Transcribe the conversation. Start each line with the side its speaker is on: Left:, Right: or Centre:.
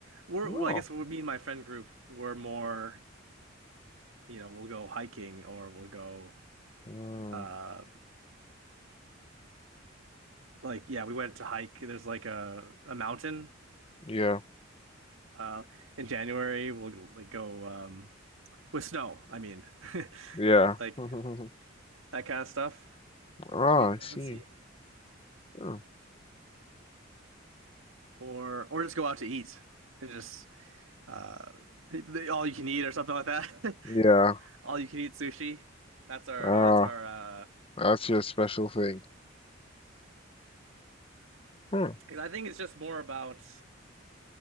Right: We're
Left: Well,
Right: well, I guess we me and my friend group we're more, you know, we'll go hiking or we'll go
Left: mm,
Right: uh like yeah, we went to hike. There's like a a mountain
Left: yeah,
Right: Uh, in January, we'll like go um, with snow. I mean, <laughs>
Left: yeah.
Right: like
Left: <laughs>
Right: that kind of stuff.
Left: Ah,
Right: We let's
Left: I see.
Right: see,
Left: Hmm,
Right: or or just go out to eat and just uh, the- all you can eat or something like that. <laughs>
Left: yeah.
Right: All you can eat sushi. That's our,
Left: Ah,
Right: our that's our. Uh,
Left: that's your special thing. Hmm.
Right: 'cause I think it's just more about